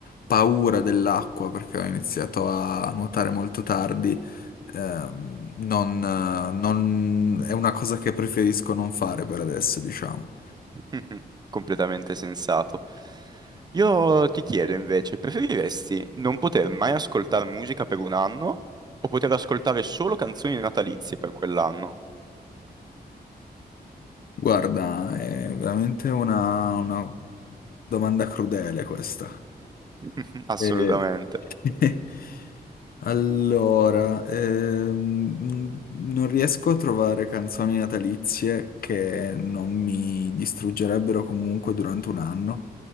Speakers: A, on the left; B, on the right.
A: paura dell'acqua perché ho iniziato a nuotare molto tardi Ehm, non, non- è una cosa che preferisco non fare per adesso, diciamo.
B: <laughs> Mhm, Completamente sensato. Io ti chiedo invece, preferiresti non poter mai ascoltare musica per un anno o poter ascoltare solo canzoni natalizie per quell'anno?
A: Guarda, è veramente una, una domanda crudele questa.
B: <laughs> Assolutamente.
A: Eh, <laughs> Allora, ehm, non riesco a trovare canzoni natalizie che non mi distruggerebbero comunque durante un anno.